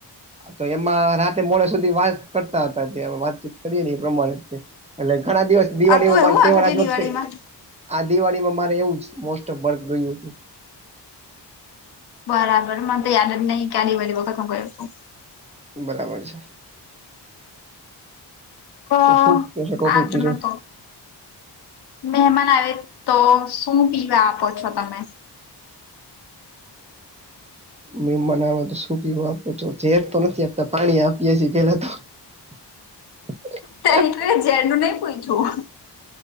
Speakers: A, on the right; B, on the left.
A: તો એમાં રાતે મોડે સુધી વાત કરતા હતા જે વાતચીત કરીએ ને એ પ્રમાણે. એટલે ઘણા દિવસ દિવાળીમાં
B: હતું એવું
A: મારર
B: આગળ
A: આજ વખતે
B: દિવાળીમાં
A: આ દિવાળીમાં માર એવું જ મોસ્ટ ઓ બર્ગ ગયું હતું.
B: બરાબર મને તો યાર નહી કઢ પ વ ક તું ક છું
A: બરાબર છે
B: તો
A: શું છે ટોપિક
B: આજ
A: બીજો
B: તો મહેમાન આવે તો. શું પીવા આપો છો તમે?
A: મને તો શું પીવું આપ છો ઝેર તો નથી આપતા પાણી આપીએીએ પેલા તો. <inaudible>
B: ત તો એ ઝેરનુંનુ નહી પૂછું